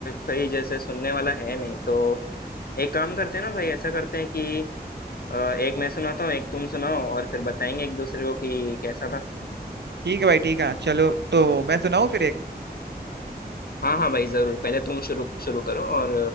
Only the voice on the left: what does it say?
कोई जैसे सुनने वाला है नहीं तो एक काम करते हैं ना भाई ऐसा करते हैं कि अ, एक मैं सुनाता हूँ एक तुम सुनाओ और फिर बताएंगे एक दूसरे को कि कैसा था
हाँ हाँ भाई जरूर पहले तुम शुरू शुरू करो और